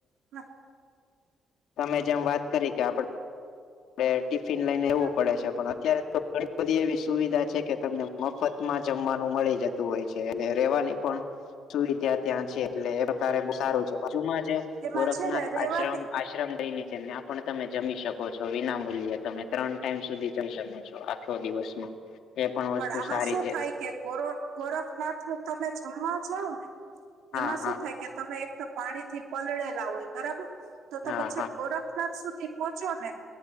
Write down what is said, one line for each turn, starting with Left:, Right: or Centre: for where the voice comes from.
Right: હમ
Left: તમે જેમ વાત કરી કે આપડે આપડે ટીફિન લઈને એવું
Right: હમ
Left: પડે છે પણ અત્યારે તો ઘણી બધી એવી સુવિધા
Right: હમ
Left: છે કે તમને મફતમાં જમવાનું મળી જતું હોય છે અને રેવાની પણ સુવિધા ત્યાં છે એટલે એ પ્રકારે બો સારું છે. બાજુમાં જ
Right: એમાં
Left: ગોરખનાથ
Right: છે ને રેવાની
Left: આશ્રમ આશ્રમ દઈને છે ત્યાં પણ તમે જમી શકો છો વિના મૂલ્યે તમે ત્રણ ટાઈમ સુધી જમી શકો છો આખો દિવસમાં એ
Right: પણ
Left: વસ્તુ
Right: આમાં
Left: સારી
Right: શું
Left: છે
Right: થાય <unintelligible> ગોરખનાથ તમે જમવા જાવ ને
Left: હા
Right: એમાં
Left: હા
Right: શું થાય કે તમે તો પાણીથી પલળેલા હોય બરાબર, તો
Left: હા
Right: તમે છેક
Left: હા
Right: ગોરખનાથસો પોચો ને